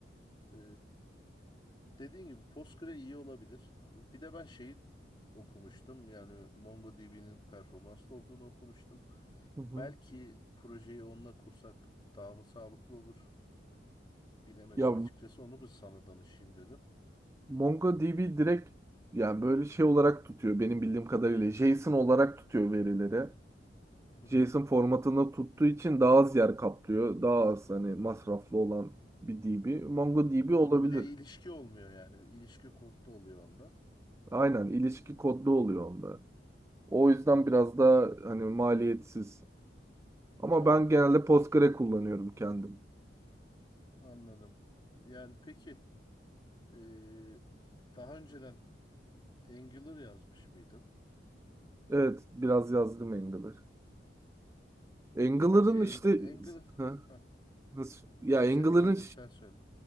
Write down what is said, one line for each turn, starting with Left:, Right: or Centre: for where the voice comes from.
Left: Ee, Dediğin gibi Postgre iyi olabilir. Bir de ben şeyi okumuştum. Yani MongoDB'nin performanslı olduğunu okumuştum.
Right: Hı hı.
Left: Belki projeyi onunla kursak daha mı sağlıklı olur? Bilemedim
Right: Ya
Left: açıkçası. Onu bir sana danışayım dedim.
Right: MongoDB direkt yani böyle şey olarak tutuyor benim bildiğim kadarıyla. JSON olarak tutuyor verileri.
Left: Hı
Right: JSON
Left: hı.
Right: formatında tuttuğu için daha az yer kaplıyor. Daha az hani masraflı olan bir DB. MongoDB
Left: Doğru.
Right: olabilir.
Left: Bir de ilişki olmuyor yani. İlişki kodda oluyor onda.
Right: Aynen ilişki kodlu oluyor onda. O yüzden
Left: Hı hı.
Right: biraz daha hani maliyetsiz. Ama
Left: Tabii
Right: ben
Left: tabii.
Right: genelde Postgre kullanıyorum kendim.
Left: Anladım. Yani peki eee, daha önceden Angular yazmış mıydın?
Right: Evet biraz yazdım Angular. Angular'ın
Left: Peki Ang-
Right: işte
Left: Angular...
Right: <laughs> Heh,
Left: Heh,
Right: nasıl ya Angular'ın
Left: seni böldüm sen söyle.